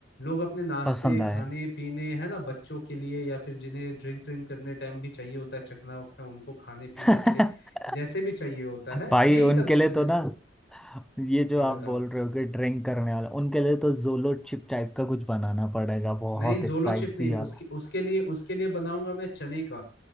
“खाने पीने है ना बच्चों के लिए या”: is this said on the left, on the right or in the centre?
Left